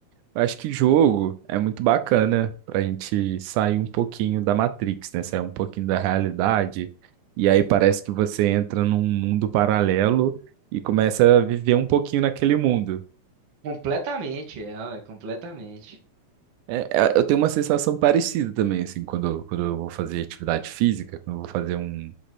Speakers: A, on the right; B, on the right.
A: eu acho que jogo é muito bacana pra gente sair um pouquinho da Matrix, né? Sair um pouquinho da realidade. E aí parece que você entra num mundo paralelo e começa a viver um pouquinho naquele mundo.
B: Completamente, é, ué, completamente.
A: É, é, eu tenho uma sensação parecida também, assim, quando, quando eu vou fazer atividade física, quando eu vou fazer um,